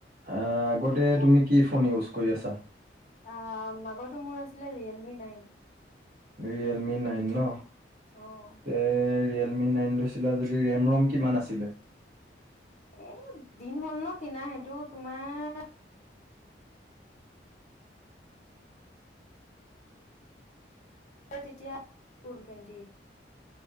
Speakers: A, on the right (about 50°); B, on the left (about 40°).
A: আ, আগতে তুমি কি ফোন ইউছ কৰি আছা?
B: অ', মাগৰটো মোৰ আছিলে realme nine nine.
A: Realme nine nine নহ?
B: অ',
A: তে ৰিয়েল মি নাইন লৈছিলা যদি ৰেম ৰম কিমান আছিলে?
B: এ দিন হ'ল ন কিনা সেইটো তোমাৰ তেতিয়া কোন <unintelligible>